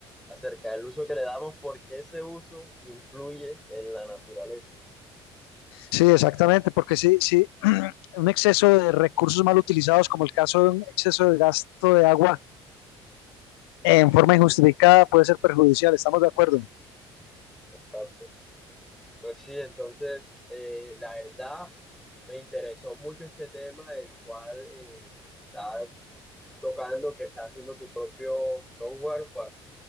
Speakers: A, in the centre; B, on the left.
A: acerca del uso que le damos, porque ese uso influye en la naturaleza.
B: Sí, exactamente, porque sí, sí, <clears throat> un exceso de recursos mal utilizados, como el caso de un exceso de gasto de agua en forma injustificada puede ser perjudicial, estamos de acuerdo.
A: Exacto. Pues sí, entonces, eh, la verdad, me interesó mucho este tema del cual eh, estás tocando, que estás haciendo tu propio software